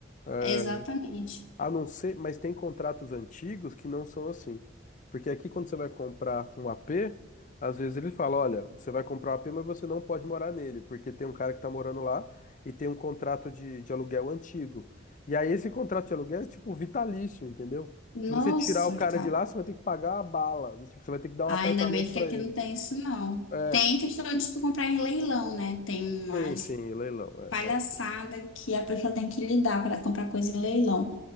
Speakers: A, on the left; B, on the left.
A: É,
B: exatamente.
A: A não ser, mas tem contratos antigos que não são assim. Porque aqui, quando você vai comprar um AP, às vezes ele fala: olha, você vai comprar um AP, mas você não pode morar nele, porque tem um cara que está morando lá e tem um contrato de, de aluguel antigo. E aí, esse contrato de aluguel é tipo vitalício, entendeu?
B: Nossa,
A: Se você tirar o cara
B: cara.
A: de lá, você vai ter que pagar a bala. Tipo, você vai ter que dar
B: Ah,
A: um apartamento
B: ainda bem que
A: para
B: aqui
A: ele.
B: não tem isso, não.
A: É,
B: Tem questão de tu comprar em leilão, né? Tem umas
A: sim, sim, leilão.
B: palhaçadas
A: é.
B: que a pessoa tem que lidar para comprar coisa em leilão.